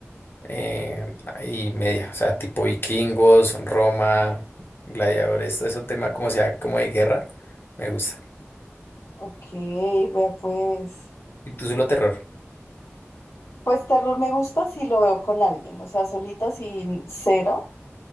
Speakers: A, on the left (about 50°); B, on the left (about 80°).
A: eh, y media, o sea, tipo vikingos, Roma, gladiadores, todo ese tema como sea, como de guerra, me gusta.
B: Ok, vea pues.
A: Y tú solo terror,
B: Pues terror me gusta si lo veo con alguien, o sea, solita sin cero,